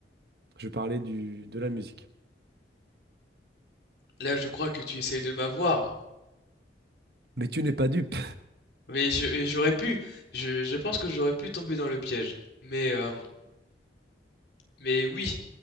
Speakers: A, on the right; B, on the left.
A: Je parlais du, de la musique.
B: Là, je crois que tu essayes de m'avoir,
A: Mais tu n'es pas dupe.
B: mais je et j'aurais pu, je je pense que j'aurais pu tomber dans le piège, mais, hem, mais oui,